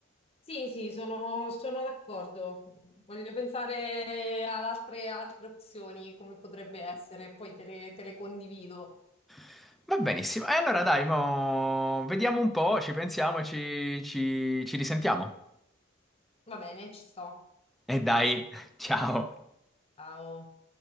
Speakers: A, on the left (about 30°); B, in the centre.
A: Sì, sì, sono, sono d'accordo. Voglio pensare ad altre, altre opzioni, come potrebbe essere, e poi te le, te le condivido.
B: <laughs> Va benissimo. E allora dai, mo vediamo un po', ci pensiamo, e ci, ci ci risentiamo.
A: Va bene, ci sto.
B: E dai, <laughs> ciao.
A: Ciao.